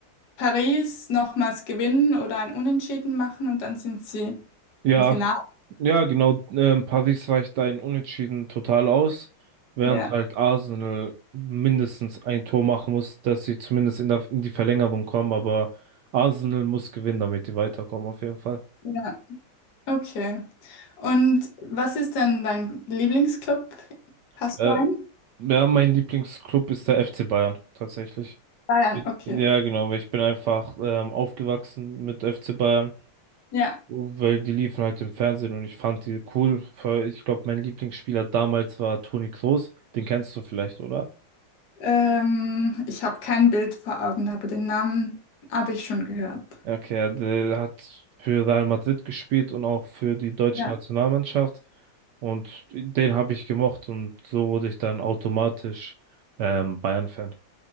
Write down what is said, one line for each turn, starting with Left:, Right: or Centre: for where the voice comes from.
Left: Paris nochmals gewinnen oder ein Unentschieden machen und dann sind sie
Right: Ja,
Left: im Finale.
Right: ja, genau. Ähm, Paris reicht ein Unentschieden total aus, während
Left: Ja,
Right: halt Arsenal mindestens ein Tor machen muss, dass sie zumindest in der, in die Verlängerung kommen. Aber Arsenal muss gewinnen, damit die weiterkommen, auf jeden Fall.
Left: ja, okay. Und was ist denn dein Lieblingsclub? Hast
Right: Äh,
Left: du einen?
Right: ja, mein Lieblingsclub ist der FC Bayern, tatsächlich.
Left: Bayern,
Right: Ich-
Left: okay.
Right: Ja, genau, weil ich bin einfach ähm, aufgewachsen mit FC Bayern.
Left: Ja.
Right: weil die liefen halt im Fernsehen und ich fand die cool. Ich glaube, mein Lieblingsspieler damals war Toni Kroos. Den kennst du vielleicht, oder?
Left: Ähm, ich habe kein Bild vor Augen, aber den Namen habe ich schon gehört.
Right: Ja, Okay, ja, der hat für Real Madrid gespielt und auch für die deutsche
Left: Ja.
Right: Nationalmannschaft. Und den habe ich gemocht und so wurde ich dann automatisch ähm, Bayern-Fan.